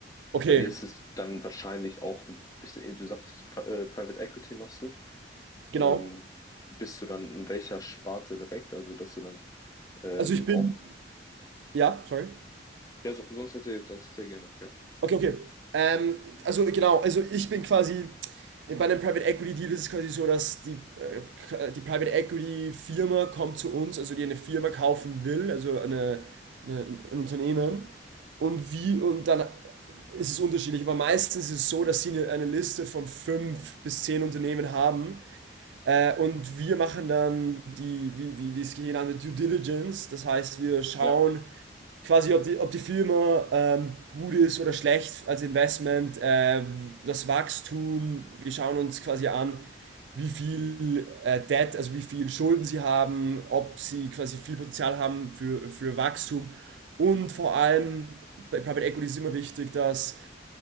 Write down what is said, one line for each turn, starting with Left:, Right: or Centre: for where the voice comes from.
Right: Okay,
Left: Bei dir ist es dann wahrscheinlich auch ein bisschen, du sagst, Pri- äh, Private Equity machst du.
Right: genau.
Left: Ähm, bist du dann in welcher Sparte direkt? Also, dass du dann ähm,
Right: Also ich bin,
Left: auch,
Right: ja, sorry.
Left: ja, so, sonst erzähl, sonst erzähl gerne, ja.
Right: Okay, okay. Ähm, also genau, also ich bin quasi, bei einem Private Equity Deal ist es quasi so, dass die, äh, k- die Private Equity Firma kommt zu uns, also die eine Firma kaufen will, also eine, eine, ein Unternehmen. Und wie, und dann ist es unterschiedlich, aber meistens ist es so, dass sie eine, eine Liste von fünf bis zehn Unternehmen haben Äh, und wir machen dann die, wie, wie, wie es genannt wird, Due Diligence. Das heißt, wir schauen
Left: Ja,
Right: quasi, ob die, ob die Firma ähm, gut ist oder schlecht als Investment, äh, das Wachstum. Wir schauen uns quasi an, wie viel äh, Debt, also wie viel Schulden sie haben, ob sie quasi viel Potenzial haben für, für Wachstum. Und vor allem bei Private Equity ist immer wichtig, dass,